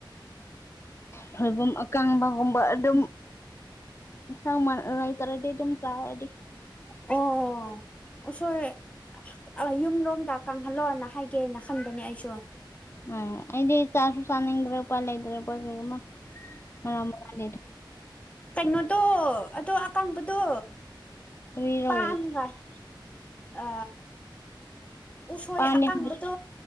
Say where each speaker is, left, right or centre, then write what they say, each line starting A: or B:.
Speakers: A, on the left; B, on the left.
A: ꯊꯣꯏꯕꯨꯝ ꯑꯀꯥꯡꯕꯒꯨꯝꯕ ꯑꯗꯨꯝ ꯏꯟꯁꯥꯡ ꯃꯥ ꯂꯩꯇꯔꯥꯗꯤ ꯑꯗꯨꯝ ꯆꯥꯔꯦ ꯑꯩꯗꯤ
B: ꯑꯥ ꯑꯣꯁꯣꯏ ꯑ ꯌꯨꯝꯂꯣꯝꯗ ꯀꯪꯍꯜꯂꯣꯅ ꯍꯥꯏꯒꯦꯅ ꯈꯟꯕꯅꯦ ꯑꯩꯁꯨ
A: ꯑ ꯑꯩꯗꯤ ꯆꯥꯁꯨ ꯆꯥꯅꯤꯡꯗ꯭ꯔꯦ ꯎꯄꯥ ꯂꯩꯗ꯭ꯔꯦ ꯀꯩꯒꯨꯝ ꯃꯔ ꯂꯩ <unintelligible>
B: ꯀꯩꯅꯣꯗꯣ ꯑꯗꯣ ꯑꯀꯡꯕꯗꯣ
A: ꯀꯔꯤꯔꯣ
B: ꯄꯥꯟ <unintelligible> ꯑ ꯎꯁꯣꯏ
A: ꯄꯥꯟꯗꯤ
B: ꯑꯀꯪꯡꯕꯗꯣ
A: ꯍꯧꯖꯤꯛ